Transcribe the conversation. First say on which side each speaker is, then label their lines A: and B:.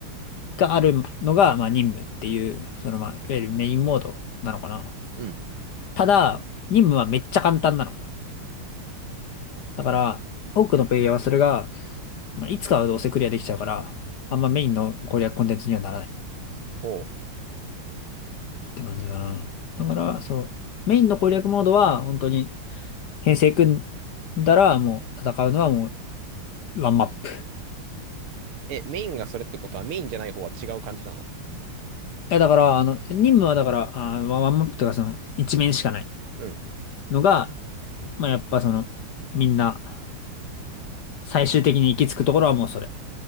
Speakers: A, on the left; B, on the right.
A: があるのが、まあ、任務っていう、その、まあ、いわゆるメインモードなのかな。
B: うん。
A: ただ、任務はめっちゃ簡単なの。だから、多くのプレイヤーはそれが、まあ、いつかはどうせクリアできちゃうから、あんまメインの攻略コンテンツにはならない。
B: ほう。
A: って感じかな。だから、そう、メインの攻略モードは、本当に、編成組んだら、もう、戦うのはもう、ワンマップ。
B: え、メインがそれってことはメインじゃない方は違う感じなの
A: え、だから、あの、任務はだから、あワワンマップというか、その、一面しかない
B: うん。
A: のが、まあ、やっぱその、みんな、最終的に行き着くところはもうそれ。